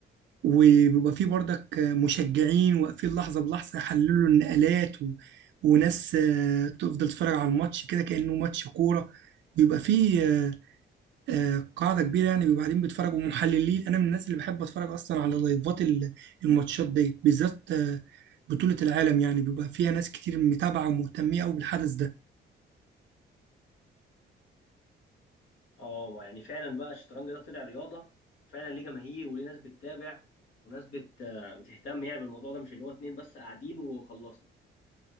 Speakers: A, on the right (about 65°); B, on the left (about 85°).
A: وبيبقى فيه برضك مشجعين واقفين لحظة بلحظة يحللوا النقلات و... وناس آه، تفضل تتفرج على الماتش كده كأنه ماتش كورة بيبقى فيه آه، آه، قاعدة كبيرة يعني بيبقى قاعدين بيتفرجوا محللين أنا من الناس اللي بحب أتفرج أصلا على لايفات ال- الماتشات دي بالذات آه، بطولة العالم يعني بيبقى فيها ناس كتير متابعة ومهتمية أوي بالحدث ده
B: اه ما يعني فعلا بقى الشطرنج ده طلع رياضه فعلا ليه جماهير وليه ناس بتتابع وناس بت... بتهتم يعني بالموضوع ده مش اللي هو اتنين بس قاعدين وخلصنا